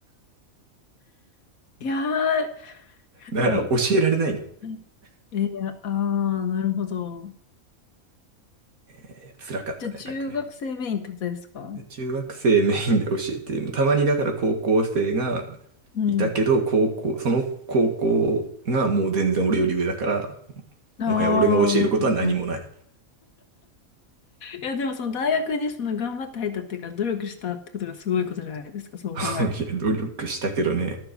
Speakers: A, on the left (about 80°); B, on the right (about 80°).
A: いやー、
B: だから教えられないのよ
A: でも、うんえー、あー、なるほど。
B: ね。辛かったね、
A: じゃあ、中学生メインってことですか
B: なんかね。中学生メインで教えて、たまにだから高校生が
A: うん。
B: いたけど、高校、その高校がもう全然俺より上だから、
A: ああ、
B: もはや俺が教えることは何もない。
A: なるほど。いや、でも、その大学にその頑張って入ったっていうか、努力したってことがすごいことじゃないですか、そう考えると。
B: <laughs> いや、努力したけどね、